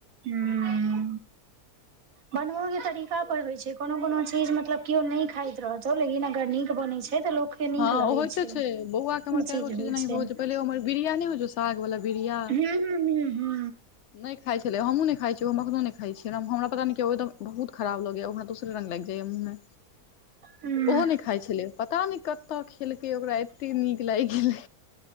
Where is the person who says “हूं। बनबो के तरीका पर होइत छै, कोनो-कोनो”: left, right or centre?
Right